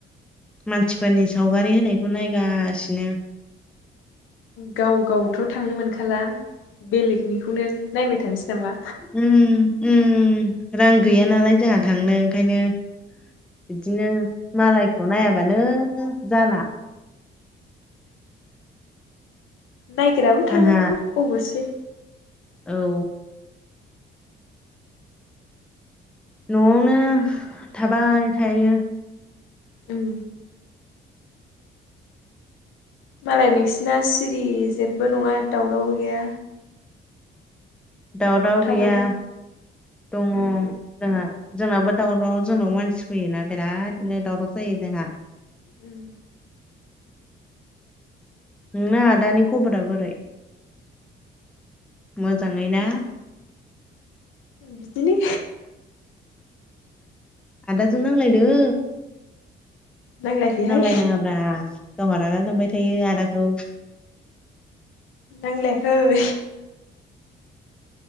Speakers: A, in the centre; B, on the left.
A: मानसिफोरनि सावगारि होनायखौ नायगासिनो
B: गाव गावथ' थांनो मोनखाला बेलेगनिखौनो नायबाय थानोसै नामा
A: उम उम रां गैया नालाय जोंहा थांनो ओंखायनो बिदिनो मालायखौ नायाबानो जाला
B: नायग्राबो थानांगौ
A: आंहा
B: अब'से
A: औ न'आवनो थाबाय थायो।
B: उम मालाय नोंसिना सिरि जेबो नङा दावराव गैया
A: दावराव
B: न'आव थाबानो
A: गैया दङ जोंहा जोंनाबो दावराव जोंनाव मानसि फैयोना बिरादनो दावराव जायो जोंहा
B: उम
A: नोंना आदानि खबरा बोरै मोजाङै ना?
B: बिदिनो
A: आदाजों नांलायदों
B: नांलायाखैहाय
A: नांलाय नाङाब्रा गावहा रागा जोंबाय थायो आदाखौ
B: नांलायाखै <unintelligible>